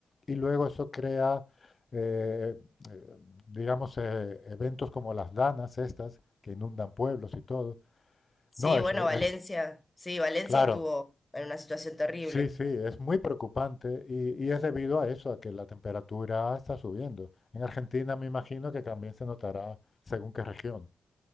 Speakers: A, on the left; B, on the left.
A: Y luego eso crea, eh, eh, digamos, eh, eventos como las danas estas, que inundan pueblos y todo.
B: Sí,
A: No, es,
B: bueno,
A: es
B: Valencia, sí, Valencia
A: claro,
B: estuvo en una situación terrible.
A: Sí, sí, es muy preocupante y, y es debido a eso, a que la temperatura está subiendo. En Argentina me imagino que también se notará según qué región.